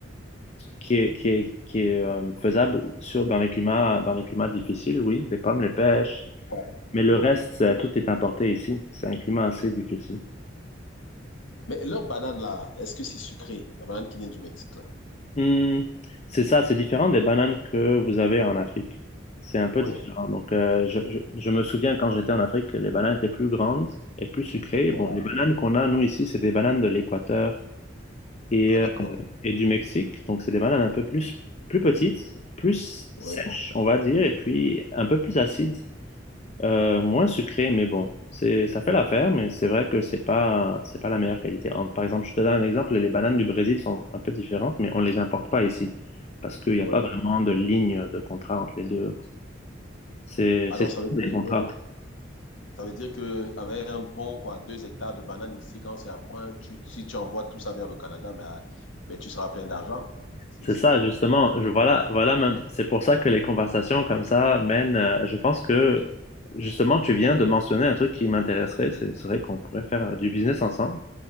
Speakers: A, on the left (about 35°); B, on the left (about 80°).
A: qui est, qui est, qui est euh, faisable sur, dans les climats, dans les climats difficiles, oui, les pommes, les pêches,
B: ouais,
A: mais
B: ouais.
A: le
B: ouais.
A: reste, euh, tout est importé ici. C'est un climat assez difficile.
B: Mais leur banane là, est-ce que c'est sucré? La banane qui vient du Mexique là.
A: Hmm, c'est ça, c'est différent des bananes que vous avez en Afrique. C'est un peu
B: Oui,
A: différent. Donc, euh, je, je- je me souviens quand j'étais en Afrique, les bananes étaient plus grandes et plus sucrées.
B: voilà.
A: Bon, les bananes qu'on a, nous, ici, c'est des bananes de l'Équateur et,
B: Ah,
A: euh,
B: d'accord.
A: et du Mexique. Donc, c'est des bananes un peu plus, plus petites, plus
B: Oui,
A: sèches, on va dire, et puis un peu plus acides. Euh, moins sucré, mais bon, c'est, ça fait l'affaire, mais c'est vrai que c'est pas, c'est pas la meilleure qualité. En- par exemple, je te donne un exemple, les bananes du Brésil sont un peu différentes, mais on les importe pas ici parce qu'il n'y
B: oui.
A: a pas vraiment de ligne de contrat entre les deux. C'est,
B: Ah,
A: c'est
B: donc
A: surtout
B: ça veut dire
A: des contrats.
B: que Ça veut dire que avec un bon quoi, deux hectares de bananes ici, quand c'est à point, tu, si tu envoies tout ça vers le Canada, mais, à- mais tu seras plein d'argent. C'est,
A: C'est
B: c'est-
A: ça, justement. Je, voilà, voilà, même. C'est pour ça que les conversations comme ça mènent. euh, je pense que justement, tu viens de mentionner un truc qui m'intéresserait, ce serait qu'on pourrait faire euh, du business ensemble.